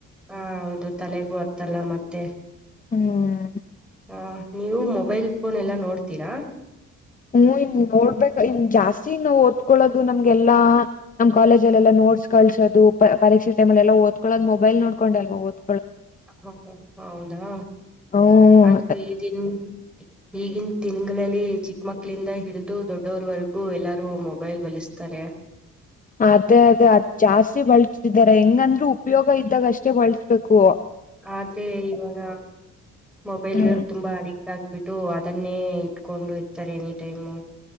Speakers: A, in the centre; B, on the left.
A: ಹ ಹೌದು ತಲೆಗೂ ಅರ್ತಲ್ಲ ಮತ್ತೆ
B: ಹ್ಮ್
A: ಹ ನೀವು ಮೊಬೈಲ್ ಫೋನ್ ಎಲ್ಲ ನೋಡ್ತೀರಾ
B: ಹ್ಮ್ ಇ ನೋಡ್ಬೇಕ ಇ ಜಾಸ್ತಿ ನಾ್ ಓದ್ಕೊಳ್ಳೋದು ನಮ್ಗೆಲ್ಲಾ ನಮ್ ಕಾಲೇಜಲ್ಲೆಲ್ಲಾ ನೋ ನೋಟ್ಸ್ ಕಳಸೋ ಪರಕ್ಷೆ ಟೈಮ ಎಲ್ಲ ಓದ್ಕೊಳ್ಳೋ ಮೊಬೈಲ್ ನೋಡ್ೊಂಡು ಎಲ್ ಓದ್
A: ಹಾ ಹಾ ಹೌದಾ
B: ಹ್ಮ್
A: ಅದು ಈ ದನ್ ಈಗಿನ ದಿನಗಳಲ್ಲಿ ಚಿಕ್ಕ ಮಕ್ಳಿಂದ ಹಿಡಿದು ದೊಡ್ಡವರ್ವರೆಗೂ ಎಲ್ಲಾರೂ ಮೊಬೈಲ್ ಬಲಸ್ತಾರೆ
B: ಅದೇ ಅದೇ ಅದ್ ಜಾಸ್ತಿ ಬಳ್ಸ್ತಿದ್ದಾರೆ ಹೆಂಗಂದ್ರೂ ಉಪಯೋಗ ಇದ್ದಾಗ ಅಷ್ಟೇ ಬಳ್ಸ್ಬೇಕು
A: ಆದ್ರೆ ಇವಾಗ ಮೊಬೈಲ್ಗೆ
B: ಹ್ಮ್
A: ತುಂಬಾ ಅಡಿ ಾಗಬಿಟ್ಟು ಅದನ್ನೇ ಇಟ್ಕೊಂಡು ಇರ್ತಾರೆ ಎನಿ ಟೈಮು